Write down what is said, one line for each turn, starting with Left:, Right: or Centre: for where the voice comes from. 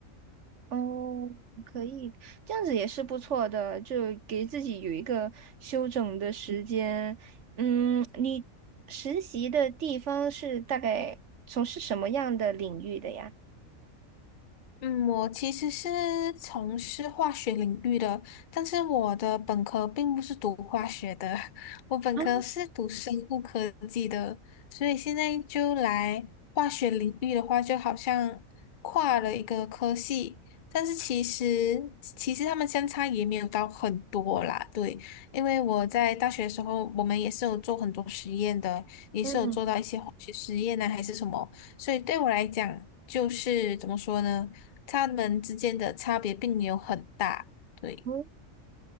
Right: 哦，可以，这样子也是不错的，就给自己有一个休整的时间。嗯，你实习的地方是大概从事什么样的领域的呀？
Left: 嗯，我其实是从事化学领域的，但是我的本科并不是读化学的，<laughs> 我本科是读生物科技的，
Right: 啊，
Left: 所以现在就来化学领域的话，就好像跨了一个科系，但是其实其实他们相差也没有到很多啦，对，因为我在大学的时候，我们也是有做很多实验的，也是有做到一些化学实验呢、
Right: 嗯。
Left: 还是什么。所以对我来讲，就是怎么说呢？他们之间的差别并没有很大。对，
Right: 嗯，